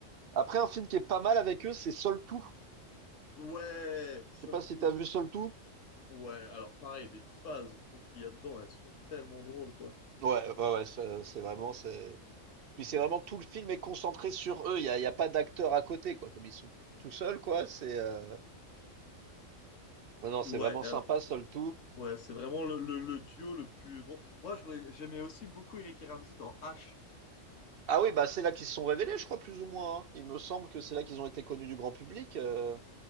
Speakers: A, on the right (about 55°); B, on the left (about 70°).
A: Après, un film qui est pas mal avec eux, c'est Sol Tout.
B: Ouais, Soul
A: Je sais pas si
B: Pouce.
A: t'as vu Sol Tout.
B: Ouais, alors pareil, les phases qu'il y a dedans, elles sont tellement drôles, quoi.
A: Ouais, ouais, ouais, ça, c'est vraiment, c'est. Puis c'est vraiment tout le film est concentré sur eux. Il y a, il y a pas d'acteurs à côté, quoi, comme ils sont tout seuls, quoi. C'est, euh, non, non,
B: Ouais,
A: c'est vraiment
B: elle-
A: sympa, Sol Tout.
B: ouais, c'est vraiment le, le- le duo le plus drôle. Moi, je j'aimais aussi beaucoup Eric et Ramzy dans H.
A: Ah oui, bah c'est là qu'ils se sont révélés, je crois, plus ou moins. hein. Il me semble que c'est là qu'ils ont été connus du grand public. euh.